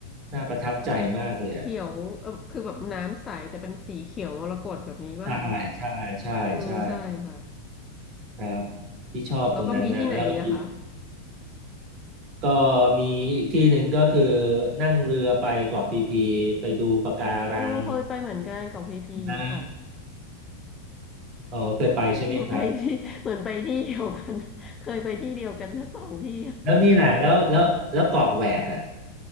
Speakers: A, on the right; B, on the left.
A: น่าประทับใจมากเลยอะ
B: เขียวเออคือแบบน้ำใสแต่เป็นสีเขียวมรกตแบบนี้ป่ะคะ
A: ใช่ใช่ใช่ใช่
B: อืมใช่ค่ะ
A: ครับที่ชอบตรงนั้นนะแล้วก็อีก
B: แล้วก็มีที่ไหนอีกอะคะ
A: ก็มีอีกที่หนึ่งก็คือนั่งเรือไปเกาะพีพีไปดูปะการัง
B: โอ้เคยไปเหมือนกันกับพีพีค่ะ
A: นะอ๋อเคยไปใช่ไหมครับ
B: <laughs> ไปที่เหมือนไปที่เดียวกัน <laughs> เคยไปที่เดียวกันทั้งสองที่
A: แล้วนี่แหละแล้วแล้วแล้วเกาะแหวกอ่ะ